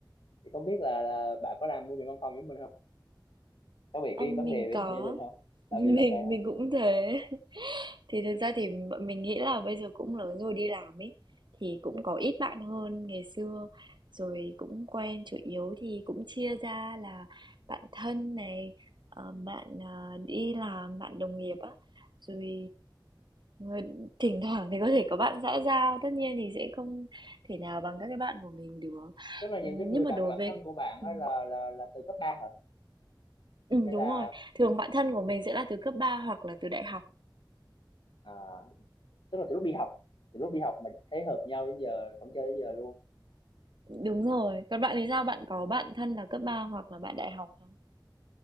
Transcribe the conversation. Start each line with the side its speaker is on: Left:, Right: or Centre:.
Left: thì không biết là, là bà có làm môi trường văn phòng giống mình không có bị
Right: ờ,
Left: cái
Right: mình
Left: vấn đề về
Right: có,
Left: <laughs> gia đình không
Right: <laughs>
Left: à,
Right: mình
Left: về bạn bè không?
Right: mình cũng thế. Thì thực ra thì bọn mình nghĩ là bây giờ cũng lớn rồi đi làm ấy, thì cũng có ít bạn hơn ngày xưa, rồi cũng quen chủ yếu thì cũng chia ra là bạn thân này, ờ, bạn, à, đi làm, bạn đồng nghiệp á, rồi, ờ, thỉnh thoảng thì có thể có bạn xã giao, tất nhiên thì sẽ không thể nào bằng các cái bạn của mình được.
Left: tức là những
Right: Ừm,
Left: cái người
Right: nhưng mà
Left: bạn
Right: đối
Left: bạn
Right: với
Left: thân của bạn
Right: ừm,
Left: á là là là từ cấp 3 hả
Right: ừm,
Left: hay
Right: đúng
Left: là
Right: rồi, thường bạn thân của mình sẽ là từ cấp 3 hoặc là từ đại học.
Left: à, tức là từ lúc đi học từ lúc đi học mình thấy hợp nhau đến giờ vẫn chơi đến giờ luôn
Right: Đúng rồi. Còn bạn thì sao? Bạn có bạn thân là cấp 3 hoặc là bạn đại học không?